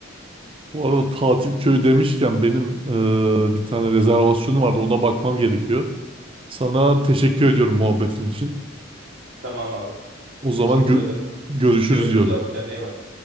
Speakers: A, on the right; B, on the right.
A: Bu arada tatil köyü demişken benim eee, bir tane rezervasyonum vardı ona bakmam gerekiyor. Sana teşekkür ediyorum muhabbetin için.
B: Tamam abi.
A: O zaman
B: Teşekkür
A: gö-
B: ederim.
A: görüşürüz
B: Görüşürüz
A: diyorum.
B: abi kendine iyi bak.